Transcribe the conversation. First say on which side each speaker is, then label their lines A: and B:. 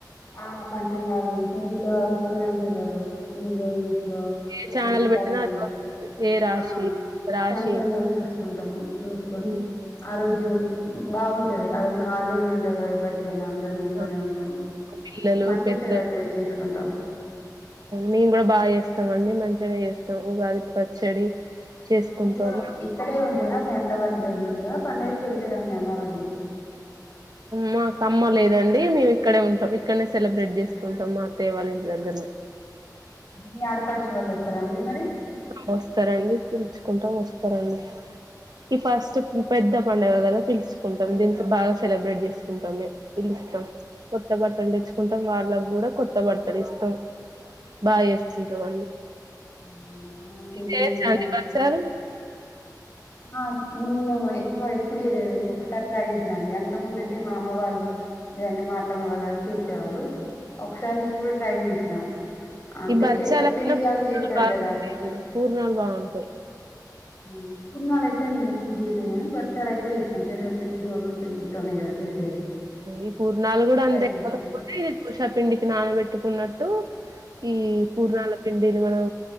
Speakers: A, on the left; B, on the right.
A: ఆ పంచంగాలు టీ వీ లో వా వస్తూనే ఉంటాది కదా వీడియో న్యూస్ లో
B: ఏ ఛానల్
A: ఇన్స్టాగ్రామ్
B: బెట్టినా అదే
A: లో
B: వస్తది. ఏ రాశి
A: ఆ
B: రాశి
A: పంచాంగం చూసుకుంటాము చూసుకొని
B: హ్మ్.
A: ఆ రోజు
B: హ్మ్.
A: బాగుంట టది <unintelligible> ఆ రోజు హాలిడే కూడా ఉంటది కదా ఎవరికైనా అందరం ఇంట్లోనే
B: ఆ!
A: ఉంటాం
B: పిల్లలు
A: మంచి
B: పెద్దలు
A: సెలబ్రేట్ చేసుకుంటాం
B: మేము కూడా బాగా చేస్తా చేస్తాం అండి మంచిగానే చేస్తాం ఉగాది పచ్చడి చేసుకుంటాం.
A: మాములుగా
B: మా
A: ఇక్కడే ఉంటారా మీ అత్తవాల్లి <unintelligible> ఉందుర పండగకి వెళ్తారా మీ అమ్మ వాళ్ళ ఇంటికి
B: మాకు అమ్మ లేదండి మేము ఇక్కడే ఉంటాం ఇక్కడనే సెలబ్రేట్ చేసుకుంటాం మా అత్తయ్య వాళ్ళ ఇంటి దగ్గరనే
A: మీ ఆడపడుచు వాళ్ళు వస్తారా అండి మరి
B: వస్తారండి పిలుచుకుంటాం వస్తారండి ఈ ఫస్ట్ పెద్ద పండుగ కదా పిలుచుకుంటాం దీని బాగా సెలబ్రేట్ చేసుకుంటాము పిలుస్తాం కొత్త బట్టలు తెచ్చుకుంటాం వాళ్ళకి కూడా కొత్త బట్టలు ఇస్తాం బా చేసుకుంటమండి
A: అవునండి, మాకేమో
B: మీరు చేయొచ్చా
A: ఇంకా
B: బచల్
A: ఆ నేను ఎక్కువ ఎప్పుడు చేయలేదు ఒకసారి ట్రై చేసినా అండి అంత ముందు అంటే మా అమ్మ వాళ్ళు లేదంటే మా అత్తమ్మ వాళ్ళు వచ్చి ఇచ్చేవాళ్ళు ఒకసారి నేను కూడా ట్రై చేసిన అంటే
B: ఈ బచ్చాలన్నా
A: శనగపిండి
B: పూర్ణాలు
A: అవి చేస్తారు
B: బాగుంటాయండి
A: కదా
B: పూర్ణాలు బాగుంటాయి
A: అవును పుట్నాలు అయితే నేను ఎప్పుడు చేయలేదు గాని బచ్చాలు అయితే చేస్తాం శనివప్పింది గోధుమ పిందిడితోనే కదా చేస్తా
B: ఈ పూర్ణాలు కూడా అంతే
A: చేసిన
B: కాకపోతే దోషా పిండికి నానబెట్టుకున్నట్టు ఈ పూర్ణాల పిండి ఇది మనం